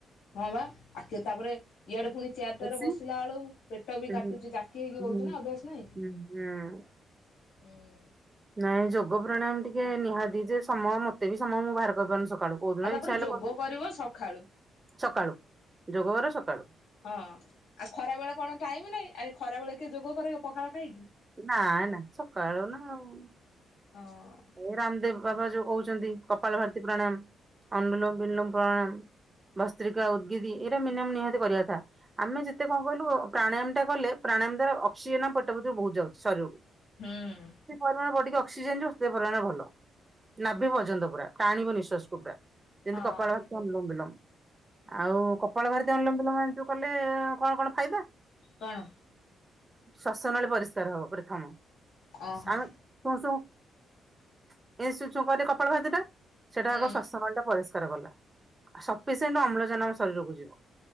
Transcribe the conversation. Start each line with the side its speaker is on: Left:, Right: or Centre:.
Left: ହଁ ବା ଆ କେ ତାପରେ। ଇଆଡେ ପୁଣି ଚେୟାର ଟାରେ
Right: ଏସି
Left: ବସିଲା
Right: ହୁଁ ଅଛି।
Left: ବେଳୁ ପେଟଵି
Right: ହୁଁ
Left: କାଟୁଛି ଜାକି ହେଇକି ବଉଚୁ
Right: ହୁଁ
Left: ନା ଅଭ୍ୟାସ ନାହିଁ।
Right: ହୁଁ ହୁଁ।
Left: ହୁଁ।
Right: ନାଇଁ ଯୋଗ ପ୍ରାଣାୟାମ ଟିକେ ନିହାତି ଯେ ସମୟ ମତେ ବି ସମୟ ମୁଁ ବାହାର କରିିପାରୁନି ସକାଳୁ। କୋଉ ଦିନ
Left: ଆଉ ତାପରେ
Right: ଇଚ୍ଛା ହେଲେ
Left: ଯୋଗ
Right: କରିବି
Left: କରିବ ସକାଳୁ।
Right: ସକାଳୁ ଯୋଗ କରେ ସକାଳୁ
Left: ହଁ ଆଉ ଖରା ବେଳେ କଣ ଟାଇମ ନାହିଁ ଆ। ଖରା ବେଳେ କିଏ ଯୋଗ କରିବ ପଖାଳ ଖାଇକି।
Right: ନା ନା ସକାଳୁ ନା ଆଉ।
Left: ହଁ।
Right: ଏ ରାମଦେବ ବାବା ଯୋଉ କହୁଛନ୍ତି କପାଳ ଭାରତୀ ପ୍ରାଣାୟାମ, ଅନୁଲୋମ ଵିଲୋମ ପ୍ରାଣାୟାମ। ବସ୍ତ୍ରିକା, ଉଦ୍ଗିଗିରି ଏଇଟା ମିନିମମ ନିହାତି କରିବା କଥା। ଆମେ ଯେତେ କଣ କହିଲୁ ପ୍ରାଣାୟାମ ଟା କଲେ ପ୍ରାଣାୟାମ ଦ୍ଵାରା ଅକ୍ସିଜେନ ପେଟ ଭିତରକୁ ବହୁତ ଯାଉଛି ଶରୀରକୁ।
Left: ହୁଁ
Right: କିଛି ପରିମାଣ ବଡିକୁ ଅକ୍ସିଜେନ୍ ଯାଉ ପରିମାଣରେ ଭଲ ନାଭି ପର୍ୟ୍ୟନ୍ତ ପୁରା ଟାଣିବ ନିଶ୍ୱାସକୁ ପୁରା ଯେମିତି
Left: ହଁ।
Right: କପାଳ ଅନୁଲମ୍ବ ବିଲମ୍ବ ଆଉ କପାଳଭାରତୀ ଅନୁଲମ୍ବ ବିଲମ୍ବ ଜାଣିଥିବା କଲେ କଣ କଣ ଫାଇଦା
Left: କଣ?
Right: ଶ୍ଵାସନଳୀ ପରିଷ୍କାର ହବ ପ୍ରଥମ
Left: ଓହୋ
Right: ଆମ ଶୁ ଶୂ <inaudible> ଇ କରି କପାଳ ବହାରେ ଦି ଟା ସେଟା
Left: ହୁଁ
Right: ଆଗ ଶ୍ଵାସନଳୀ ଟା ପଳେଇ ଆସେ <unintelligible> ସଫିସିଏଣ୍ଟ ଅମ୍ଳଜାନ ଆମ ଶରୀରକୁ ଯିବ